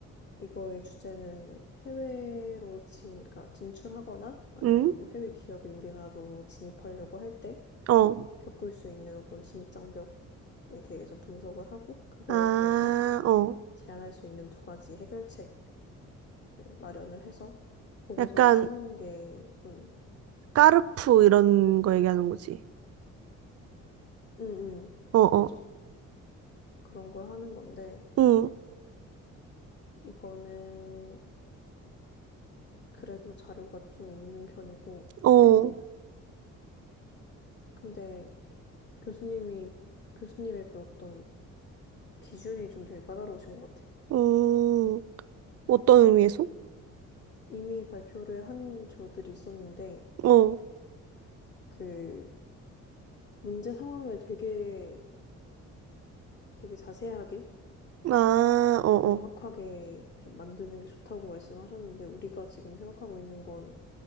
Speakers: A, on the left; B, on the right.
A: 이거의 주제는 해외로 진, 그러니까 진출하거나 아니면
B: 응?
A: 뭐 해외 기업이 우리나라로 진입하려고 할 때
B: 어.
A: 겪을 수 있는 어떤 진입 장벽에 대해서 분석을 하고 그거에
B: 아,
A: 대해서
B: 어.
A: 제안할 수 있는 두 가지 해결책을 마련을 해서 보고서를
B: 약간
A: 쓰는 게, 음,
B: 까르푸 이런 거 얘기하는 거지.
A: 음, 음,
B: 어, 어.
A: 맞아. 그런 걸 하는 건데
B: 응,
A: 이거는 그래도 자료가 좀 있는 편이고
B: 어.
A: 근데 교수님이 교수님의 그 어떤 기준이 좀 되게 까다로우신 것 같아요.
B: 음, 어떤 의미에서?
A: 이미 발표를 한 저들이 있었는데,
B: 어.
A: 그 문제 상황을 되게, 되게 자세하게,
B: 아,
A: 되게
B: 어,
A: 명확하게 좀 만드는 게 좋다고 말씀하셨는데, 우리가 지금 생각하고 있는 건